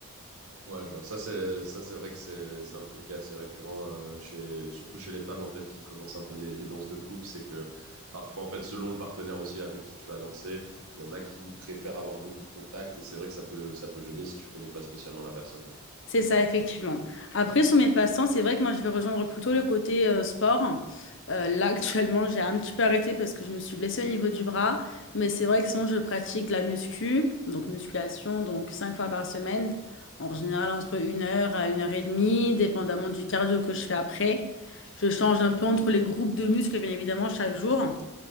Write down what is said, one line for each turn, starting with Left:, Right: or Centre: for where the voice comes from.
Right: Ouais, je vois. Ça, c'est ça, c'est vrai que c'est c'est un truc qui est assez récurrent euh, chez surtout chez les femmes en fait qui commencent un peu les, les danses de couple, c'est que parfois en fait selon le partenaire aussi avec qui tu vas danser, il y en a qui préfèrent avoir beaucoup de contacts et c'est vrai que ça peut ça peut gêner si tu connais pas spécialement la personne.
Left: C'est ça, effectivement. Après, sur mes passe-temps, c'est vrai que moi, je vais rejoindre plutôt le côté euh, sport. Euh, là, <laughs> actuellement, j'ai un petit peu arrêté parce que je me suis blessée au niveau du bras. Mais c'est vrai que sinon, je pratique la muscu, donc musculation, donc cinq fois par semaine. En général, entre une heure à une heure et demie, dépendamment du cardio que je fais après. Je change un peu entre les groupes de muscles, bien évidemment, chaque jour.